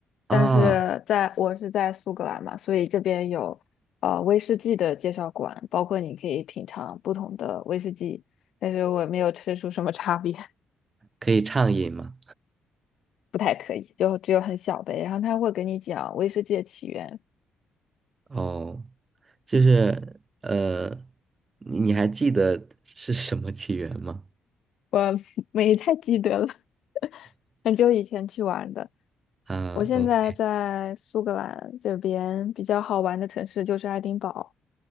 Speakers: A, on the left (about 70°); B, on the right (about 35°).
A: 但是在我是在苏格兰嘛，
B: 啊，
A: 所以这边有呃威士忌的介绍馆，包括你可以品尝不同的威士忌，但是我没有吃出什么差别。
B: 可以畅饮嘛。
A: 不太可以，就只有很小杯。然后他会给你讲威士忌的起源，
B: 哦，就是呃，你你还记得是什么起源吗？
A: 我 <laughs> 没太记得了，<laughs> 很久以前去玩的。
B: 啊，OK，
A: 我现在在苏格兰这边比较好玩的城市就是爱丁堡，